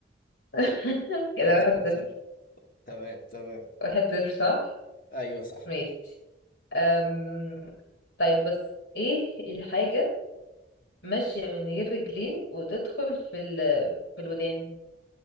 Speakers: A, on the left; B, on the left.
A: <laughs> كده
B: ده
A: واحد
B: سؤال
A: صفر
B: سهل تمام تمام
A: واحد صفر صح
B: ايوه صح
A: ماشي أم... طيب بس ايه الحاجة ماشية من غير رجلين وتدخل في ال... في الودان